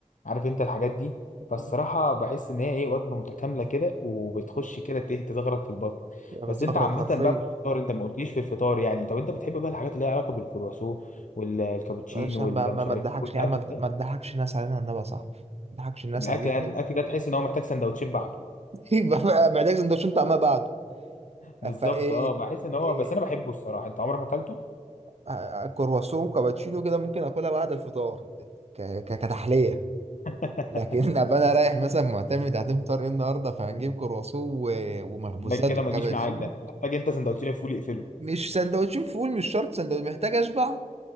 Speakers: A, on the left (about 70°); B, on the right (about 50°).
A: عارف انت الحاجات دي
B: مم.
A: فالصراحة بحس ان هي ايه وجبة متكاملة كده وبتخش كده ت- تزغرط في البطن
B: يعني
A: بس
B: بتزغرط
A: انت عامة
B: حرفيا
A: بقى في الفطار انت ما قلتليش في الفطار يعني طب انت بتحب بقى الحاجات اللي ليها علاقة بالكرواسون والكابتشينو
B: معلش يا عم
A: والمش
B: بقى- ما ما
A: عارف
B: تضحكش
A: ايه والاكل
B: يا عم
A: ده
B: ما تضحكش الناس علينا والنبي يا صاحبي ما تضحكش الناس
A: الاكل
B: علينا
A: يعني الاكل ده تحس ان هو محتاج سندوتشين بعده
B: يبقى بقى محتاج سندوتشين طعمها بعده
A: <laughs> بالظبط
B: فايه
A: اه بحس ان هو
B: إيه
A: بس انا بحبه الصراحة انت عمرك ما اكلته
B: آه، كرواسون وكابتشينو كده ممكن اكلها بعد الفطار ك- ك- كتحليه
A: <laughs>
B: لكن <laughs> ابقى انا رايح مثلا معتمد هتفطر فطار ايه النهارده فهنجيب كرواسون و- ومخبوزات
A: ده كده
B: وكابتشينو
A: ما يجيش معاك ده محتاج انت سندوتشين الفول يقفله
B: مش سندوتشين فول مش شرط سندوتش محتاج اشبع